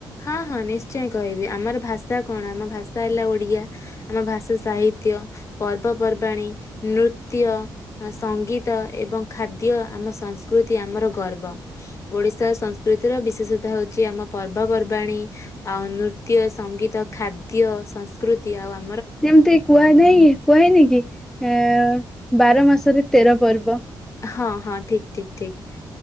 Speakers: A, on the left; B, in the centre.
A: ହଁ ହଁ ନିଶ୍ଚୟ କହିବି ଆମର ଭାଷା କଣ ଆମ ଭାଷା ହେଲା ଓଡ଼ିଆ ଆମ ଭାଷା ସାହିତ୍ୟ ପର୍ବପର୍ବାଣୀ ନୃତ୍ୟ ସଙ୍ଗୀତ ଏବଂ ଖାଦ୍ୟ ଆମ ସଂସ୍କୃତି ଆମର ଗର୍ବ ଓଡ଼ିଶା ସଂସ୍କୃତିର ବିଶେଷତା ହେଉଛି ଆମ ପର୍ବ ପର୍ବପର୍ବାଣୀ ଆଉ ନୃତ୍ୟ ସଙ୍ଗୀତ ଖାଦ୍ୟ ସଂସ୍କୃତି ଆଉ ଆ
B: ଯେମିତି କୁହା ଯାଇ କୁହାହେଇନି କି ଆଁ ବାର ମାସରେ ତେର ପର୍ବ।
A: ହଁ ହଁ ଠିକ ଠିକ ଠିକ